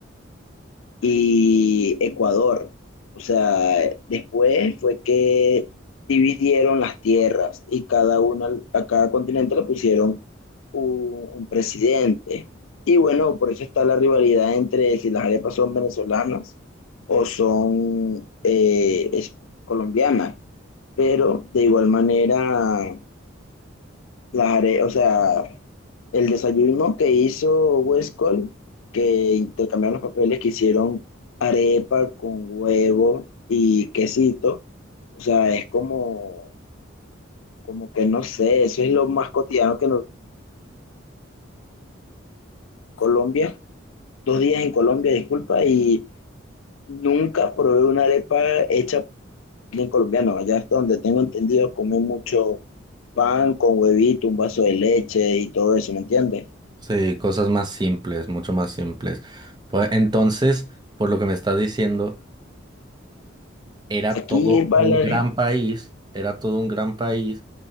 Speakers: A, on the left; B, on the right.
A: y Ecuador. O sea, después fue que dividieron las tierras y cada uno, a cada continente le pusieron un, un presidente. Y bueno, por eso está la rivalidad entre si las arepas son venezolanas o son eh, es- colombianas. Pero de igual manera las are- o sea, el desayuno que hizo Westcol, que intercambiaron los papeles, que hicieron arepa con huevo y quesito, o sea, es como, como que no sé, eso es lo más cotidiano que en Colombia, dos días en Colombia, disculpa, y nunca probé una arepa hecha por alguien colombiano, allá hasta donde tengo entendido, comen mucho pan con huevito, un vaso de leche y todo eso, ¿me entiendes?
B: Sí, cosas más simples, mucho más simples. Pues entonces, por lo que me estás diciendo, era
A: Aquí,
B: todo
A: bailar
B: un gran país, era todo un gran país